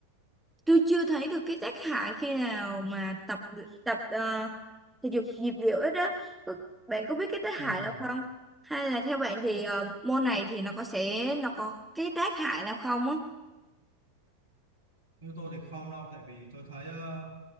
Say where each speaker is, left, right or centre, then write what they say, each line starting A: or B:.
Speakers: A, in the centre; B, on the right.
A: tôi chưa thấy được cái tác hại khi nào mà tập tập ờ, thể dục nhịp điệu ít á Có- bạn có biết cái tác
B: Ừ.
A: hại nào không hay là theo bạn thì ờ, môn này thì nó có sẽ nó có cái tác hại nào không á
B: Như tôi thì không đâu, tại vì tôi thấy ờ,